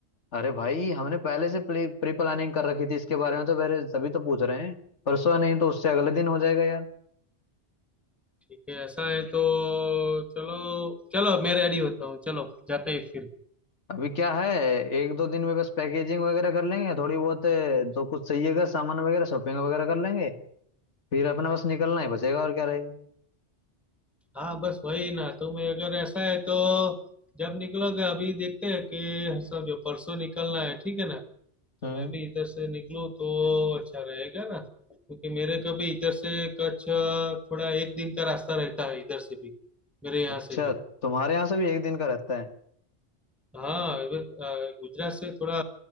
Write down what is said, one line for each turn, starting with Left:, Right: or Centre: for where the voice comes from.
Left: अरे भाई हमने पहले से प्री, प्री प्लानिंग कर रखी थी इसके बारे में तो फिर सभी तो पूछ रहे हैं परसों नहीं तो उससे अगले दिन हो जाएगा यार
Centre: ठीक है ऐसा है तो चलो चलो मैं रेडी होता हूँ चलो जाते हैं फिर
Left: अभी क्या है एक दो दिन में बस पैकेजिंग वगैरह कर लेंगे थोड़ी बहुत अ, जो कुछ चाहिएगा सामान वगैरह शॉपिंग वगैरह कर लेंगे फिर अपना बस निकलना ही बचेगा और क्या रहेगा
Centre: हाँ बस वही ना तो मैं अगर ऐसा है तो जब निकलोगे अभी देखते हैं कि समझो परसों निकलना है ठीक है ना तो
Left: हम्म
Centre: मैं भी इधर से निकलूँ तो अच्छा रहेगा ना क्योंकि मेरे को भी इधर से कच्छ थोड़ा एक दिन का रास्ता रहता है इधर से भी मेरे यहाँ
Left: अच्छा
Centre: से भी
Left: तुम्हारे यहाँ से भी एक दिन का रहता है
Centre: हाँ अ, गुजरात से थोड़ा